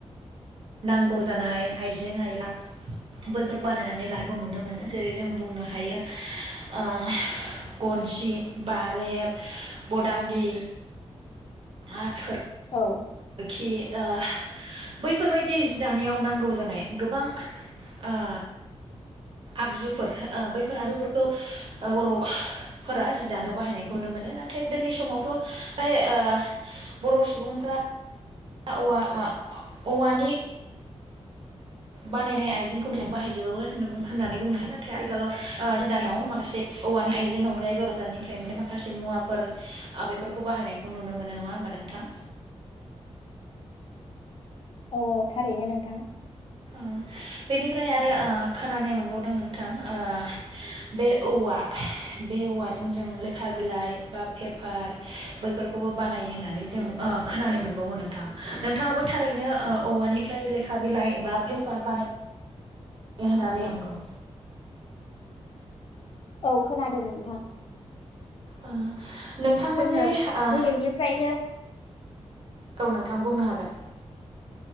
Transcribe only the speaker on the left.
औ
औ औ थारैनो नोंथां‌
औ खोनादों नोंथां
जोङो
उन्दैनिफ्रायनो